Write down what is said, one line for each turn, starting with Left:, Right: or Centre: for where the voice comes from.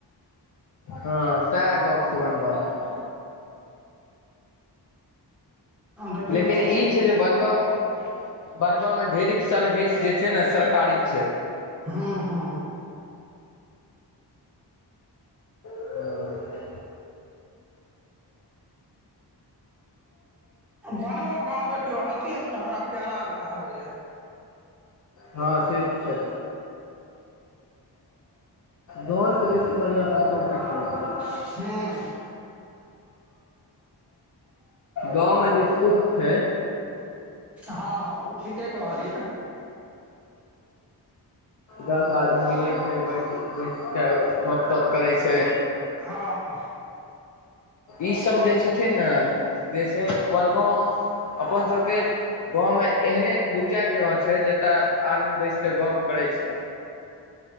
Left: हां सैह गप छै बनगाँव मे।
Centre: देखियौ
Left: लेकिन
Centre: सब
Left: ई छै जे बनगाँव मे बनगाँव मे ढेरिक सर्विस जे छै नै सरकारी छै।
Centre: हां-हां।
Left: हां।
Centre: बनगाँव गाँव देखियौ अत्यंत हमरा प्यारा गाँव लागै यै।
Left: हां से तै छै। गाअ से बेसी बढ़िया कतो किछ नै छै।
Centre: हां।
Left: गाअ मे जे सुख छै।
Centre: हां-हां उ ठीके कहलियै।
Left: दस आदमी मिलै छै, बैठ बैस कै गप-सप करै छै।
Centre: हां।
Left: इ‌ सब जे छथिन नै जे छै बड़गाँव। अपन सबके गाअ मे एहने दू चाएर जगह छै जत तऽ आदमी बैस कै गप करै छै।